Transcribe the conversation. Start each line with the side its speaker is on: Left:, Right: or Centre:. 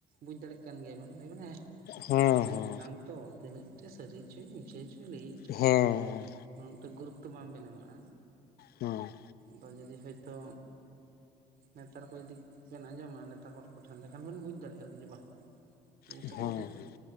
Right: ᱵᱩᱡᱽ ᱫᱟᱲᱮᱜ ᱠᱟᱱ ᱜᱮᱭᱟ ᱵᱮᱱ ᱞᱟᱹᱭ ᱵᱮᱱ ᱦᱮᱸ
Left: ᱦᱮᱸ
Right: ᱩᱱᱤ
Left: ᱦᱮᱸ
Right: ᱦᱟᱲᱟᱢ ᱛᱚ ᱛᱤᱱᱟᱹᱜ ᱴᱮ ᱥᱟᱹᱨᱤᱪᱚᱭ ᱢᱤᱪᱷᱟᱹᱪᱚᱭ ᱞᱟᱹᱭ
Left: ᱦᱮᱸ ᱦᱮᱸ,
Right: ᱩᱱᱟᱹᱴᱟ ᱜᱩᱨᱩᱛᱛᱚ ᱵᱟᱢ ᱵᱮᱱ ᱮᱢᱟᱜᱼᱟ,
Left: ᱦᱮᱸ,
Right: ᱵᱷᱟᱜᱮ ᱜᱮ ᱠᱷᱟᱡ ᱛᱚ, ᱱᱮᱛᱟᱨ ᱠᱚ ᱡᱩᱫᱤ ᱵᱮᱱ ᱟᱸᱡᱚᱢᱟ ᱱᱮᱛᱟᱨ ᱦᱚᱲ ᱠᱚᱴᱷᱮᱱ ᱮᱸᱰᱮ ᱠᱷᱟᱱ ᱵᱤᱱ ᱵᱩᱡᱽ ᱫᱟᱲᱮᱭᱟᱜᱼᱟ ᱟᱨᱠᱤ ᱡᱮ ᱵᱟ ᱡᱤᱱᱤᱥᱴᱟᱜ
Left: ᱦᱮᱸ
Right: ᱫᱚ ᱠᱟᱹᱴᱤᱡ
Left: ᱦᱮᱸ